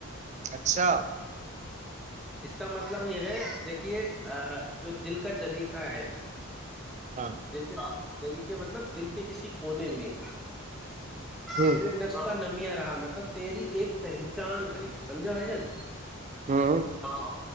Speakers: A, on the right; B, in the centre.
A: اچھا
B: اس کا مطلب یہ ہے دیکھیے جو دل کا جریقہ ہے
A: ہاں
B: دلک آپ دریقے مطلب دل کے کسی کونے میں
A: ہاں
B: تیرے نقش کا نمیا رہا مطلب تیری ایک پہچان رہی سمجھا بھ جن
A: ہ
B: ہاں